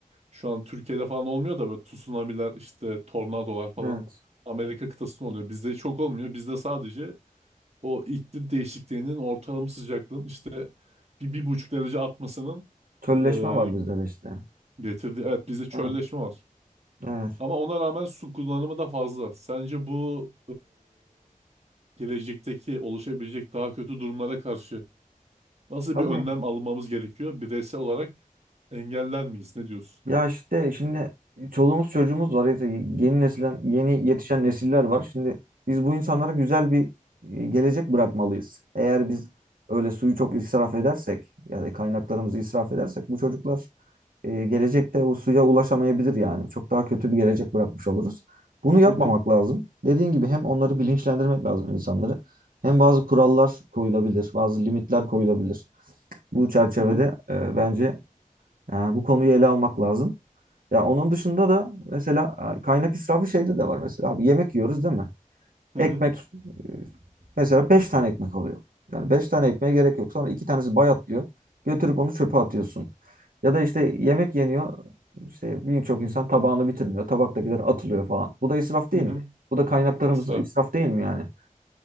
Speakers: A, on the right; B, on the right.
A: Şu an Türkiye'de falan olmuyor da böyle tsunamiler, işte tornadolar falan
B: Evet.
A: Amerika kıtasında oluyor. Bizde çok olmuyor. Bizde sadece o iklim değişikliğinin ortalama sıcaklığın işte bir, bir buçuk derece artmasının
B: Tölleşme
A: e,
B: var bizde de işte.
A: getirdiği... Evet bizde çölleşme
B: Evet.
A: var.
B: Evet.
A: Ama ona rağmen su kullanımı da fazla. Sence bu e, gelecekteki oluşabilecek daha kötü durumlara karşı nasıl
B: Tabii.
A: bir önlem almamız gerekiyor? Bireysel olarak engeller miyiz? Ne diyorsun?
B: Ya işte şimdi çoluğumuz çocuğumuz var. İşte Yeni nesiller, yeni yetişen nesiller var. Şimdi biz bu insanlara güzel bir e, gelecek bırakmalıyız. Eğer biz öyle suyu çok israf edersek, yani kaynaklarımızı israf edersek bu çocuklar e, gelecekte o suya ulaşamayabilir yani. Çok daha kötü bir gelecek bırakmış oluruz. Bunu yapmamak
A: Hı hı
B: lazım. Dediğin gibi hem onları bilinçlendirmek lazım insanları, hem bazı kurallar koyulabilir, bazı limitler koyulabilir. Bu çerçevede
A: hı hı
B: e, bence yani bu konuyu ele almak lazım. Ya onun dışında da mesela e, kaynak israfı şeyde de var mesela abi yemek yiyoruz değil mi?
A: hı
B: Ekmek e, mesela 5 tane ekmek alıyor. Yani 5 tane ekmeğe gerek yok. Sonra 2 tanesi bayatlıyor. Götürüp onu çöpe atıyorsun. Ya da işte yemek yeniyor. İşte birçok insan
A: hı
B: tabağını bitirmiyor. Tabaktakiler atılıyor falan. Bu da israf değil
A: hı hı.
B: mi? Bu da kaynaklarımız
A: Sıra.
B: israf değil mi yani?